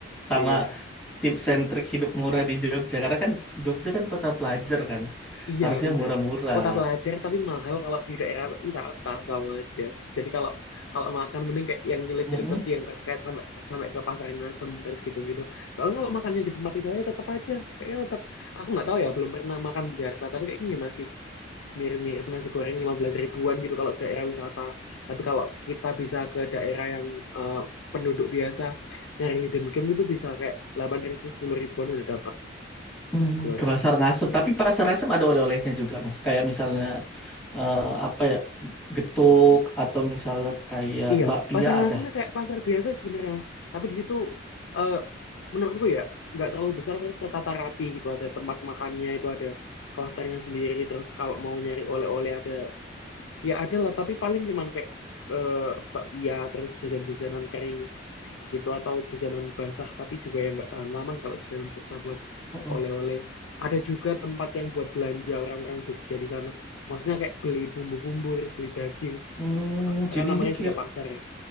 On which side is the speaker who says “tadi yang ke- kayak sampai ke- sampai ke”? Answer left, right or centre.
Left